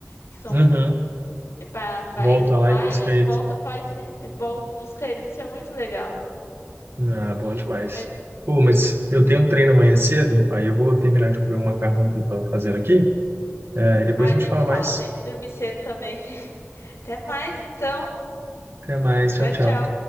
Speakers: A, on the left; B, on the right.
A: Que são,
B: Uhum.
A: é pra, vai-
B: Volta
A: eles vão
B: lá
A: lá
B: e busca
A: e
B: eles.
A: volta
B: né?
A: para busca eles, isso é muito legal.
B: Ah, bom demais.
A: Mas,
B: Pô, mas eu tenho um treino amanhã cedo, aí eu vou terminar de comer o macarrão que eu tava fazendo aqui. É, e depois
A: ai,
B: a gente
A: nem
B: fala
A: me fala,
B: mais.
A: eu tenho que dormir cedo também. Até mais, então.
B: Até mais.
A: Tchau,
B: Tchau, tchau.
A: tchau.